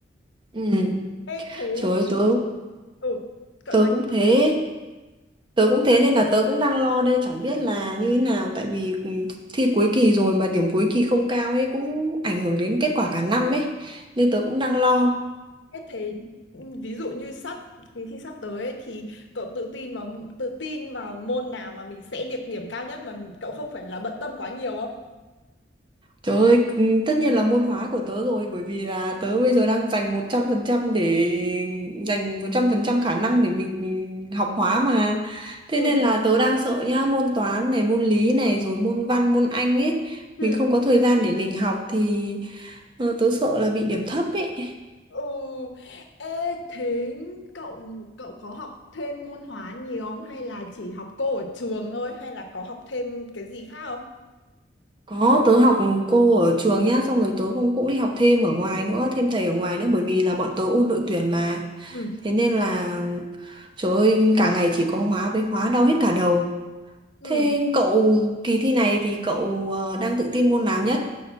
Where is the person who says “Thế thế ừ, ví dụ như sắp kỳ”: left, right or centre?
Left